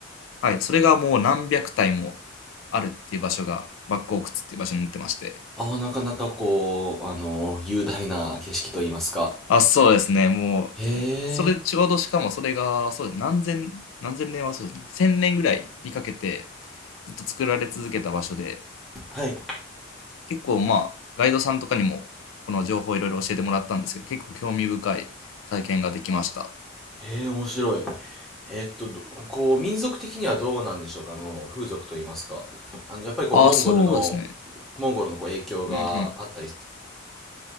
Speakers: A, on the left; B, in the centre.
A: はい、それがもう何百体もあるっていう場所が、バック洞窟っていう場所になってまして。
B: ああ、なかなかこう、あのー雄大な景色といいますか。
A: あ、そうですね、もう、
B: へ
A: それちょうどしかもそれが、
B: え。
A: そうです、何千、何千年はそうですね、千年ぐらいにかけてずっと作られ続けた場所で、
B: はい。
A: 結構まあガイドさんとかにもこの情報をいろいろ教えてもらったんですけど結構興味深い体験ができました
B: へえ、面白い。えーっと、どこう、民族的にはどうなんでしょうか、あの、風俗といいますか。あの、やっぱりこう、
A: ああそうですね
B: モンゴルの、モンゴルのこう影響があったり、
A: うん